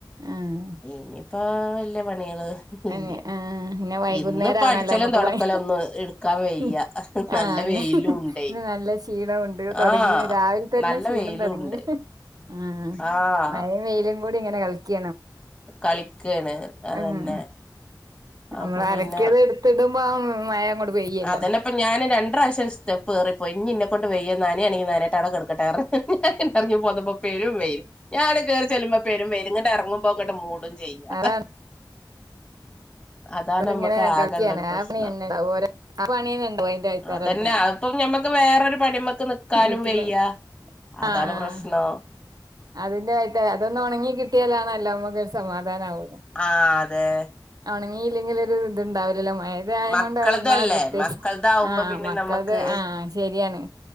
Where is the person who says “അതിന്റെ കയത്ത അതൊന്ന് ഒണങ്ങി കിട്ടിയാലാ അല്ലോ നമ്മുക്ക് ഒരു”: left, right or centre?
Right